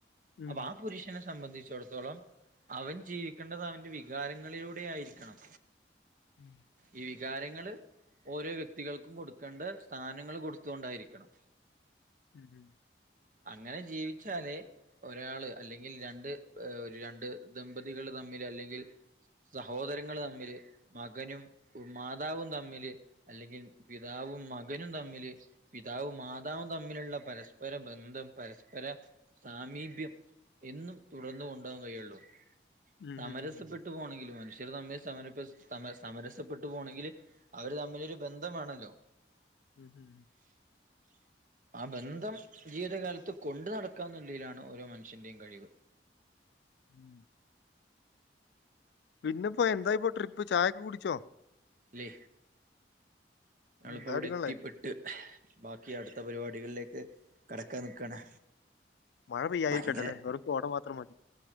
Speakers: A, on the left (about 75°); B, on the right (about 45°).
A: ഉം
B: അപ്പൊ ആ പുരുഷനെ സംബന്ധിച്ചിടത്തോളം, അവൻ ജീവിക്കേണ്ടത് അവന്റെ വികാരങ്ങളിലൂടെ ആയിരിക്കണം,
A: ഉം
B: ഈ വികാരങ്ങള്, ഓരോ വ്യക്തികൾക്കും കൊടുക്കേണ്ട സ്ഥാനങ്ങൾ കൊടുത്ത് കൊണ്ടായിരിക്കണം,
A: ഉം ഉം
B: അങ്ങനെ ജീവിച്ചാലെ, ഒരാള് അല്ലെങ്കിൽ രണ്ട് ഏ രണ്ട് ദമ്പതികൾ തമ്മില് അല്ലെങ്കിൽ, സഹോദരങ്ങള് തമ്മില് മകനും ഉ മാതാവും തമ്മില്. അല്ലെങ്കി പിതാവും മകനും തമ്മില്. പിതാവും മാതാവും തമ്മിലുള്ള പരസ്പര ബന്ധം പരസ്പര സാമീപ്യം. എന്നും തുടർന്ന് കൊണ്ടുപോകാൻ കഴിയുള്ളൂ
A: ഉം ഉം
B: സമരസപ്പെട്ടു പോണെങ്കില് മനുഷ്യര് തമ്മിൽ. സമരപ്സ് സമര സമരസപ്പെട്ടു പോണെങ്കിൽ അവര് തമ്മിലൊരു ബന്ധം വേണോല്ലോ.
A: ഉം.
B: <unintelligible> ആ ബന്ധം ജീവിതകാലത്ത് കൊണ്ടു നടക്കാന്ന് ള്ളയിലാണ് ഓരോ മനുഷ്യന്റെയും കഴിവ്.
A: <inaudible> പിന്നെപ്പോ എന്തായിപ്പോ ട്രിപ്പ് ചായക്കെ കുടിച്ചോ?
B: അല്ലേ ഞളിപ്പോ
A: എന്താ
B: ഇവിടെ
A: അടിക്കണല്ലേ
B: എത്തിപ്പെട്ട് ട്ട് ബാക്കി അടുത്ത പരിപാടികളിലേക്ക് കടക്കാൻ നിക്കാണ്.
A: മഴ പെയ്യായിരിക്കട്ടെ
B: ഭയങ്കര
A: അല്ലെ <unintelligible> കോട മാത്രം മതി.